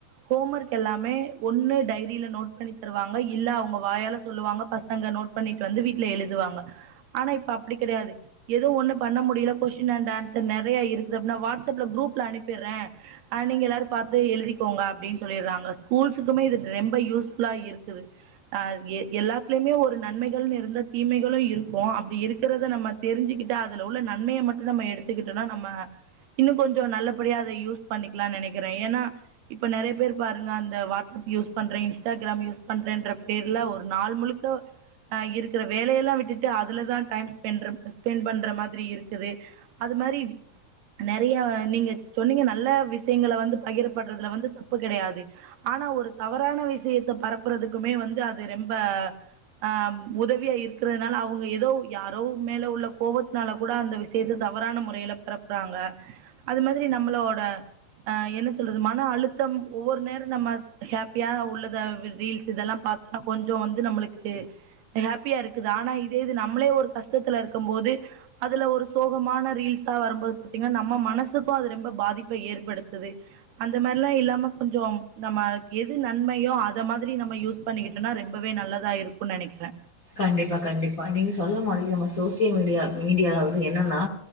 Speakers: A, on the right; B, on the left.
A: ஹோம் ஒர்க் எல்லாமே ஒன்னு டைரில நோட் பண்ணி தருவாங்க இல்ல அவுங்க வாயால சொல்லுவாங்க பசங்க நோட் பண்ணிட்டு வந்து வீட்ல எழுதுவாங்க ஆனா இப்ப அப்டி கிடையாது எதுவு ஒன்னு பண்ண முடியல கொஸ்டின் அண்ட் ஆன்சர் நெறைய இருக்குது அப்டின்னா வாட்ஸ்அப்ல குரூப்ல அனுப்பிற்றே அ நீங்க எல்லாரு பாத்து எழுதிக்கோங்க அப்டின் சொல்லிட்றாங்க ஸ்கூல்ஸுக்குமே இது ரொம்ப யூஸ்ஃபுல்லா இருக்குது ஆ எல்லாத்துலயுமே ஒரு நன்மைகள்னு இருந்தா தீமைகளு இருக்கு அப்டி இருக்கிறத நம்ம தெருஞ்சுக்கிட்டா அதுல உள்ள நன்மைய மட்டு நம்ம எடுத்துக்கிட்டோனா நம்ம இன்னு கொஞ்சொ நல்ல படியா அத யூஸ் பண்ணிக்லான் நெனைக்கிறே ஏன்னா இப்ப நெறைய பேர் பாருங்க அந்த வாட்ஸ்அப் யூஸ் பண்றே இன்ஸ்டாகிராம் யூஸ் பண்றே என்ற பேர்ல ஒரு நாள் முழு இந்த அ இருக்குற வேலையெல்லா விட்டுட்டு அதுலதா டைம் ஸ்பென்ற ஸ்பெண்ட் பண்ற மாதிரி இருக்குது அது மாரி நெறையா நீங்க சொன்னிங்க நல்ல விஷயங்கள வந்து பகிரப்பட்றதுல வந்து தப்பு கெடையாது ஆனா ஒரு தவறான விஷயத்த பரப்புறதுக்குமே வந்து அது ரொம்ப ஆ உதவியா இருக்றத்னால அவுங்க எதோ யாரோ மேல உள்ள கோவொத்னால கூட அந்த விசயத்த தவறான முறையில பரப்புறாங்க அது மாதிரி நம்மளோட என்ன சொல்றது மன அழுத்தம் ஒவ்வொரு நேர நம்ம ஹாப்பியா உள்ளத ரீல்ஸ் இதெல்லா பாத் தா கொஞ்சொ வந்து நம்மளுக்கு ஹாப்பியாருக்குது ஆனா இதே இது நம்மளே ஒரு கஷ்டத்துல இருக்கும் போது அதுல ஒரு சோகமான ரீல்ஸா வரும்போது பாத்தீங்கன்னா நம்ம மனசுக் கு அது ரொம்ப பாதிப்ப ஏற்படுத்துது அந்த மாரிலா இல்லாம கொஞ்சோ நம்ம எது நன்மையோ அத மாதிரி நம்ம யூஸ் பண்ணிக்கிட்டேன்னா ரெம்பவே நல்லதா இருக்குன் நெனைக்கிறே
B: கண்டிப்பா கண்டிப்பா நீங்க சொல்ல மாதிரி நம்ம சோசியல் மீடியா மீடியாலாவது என்னன்னா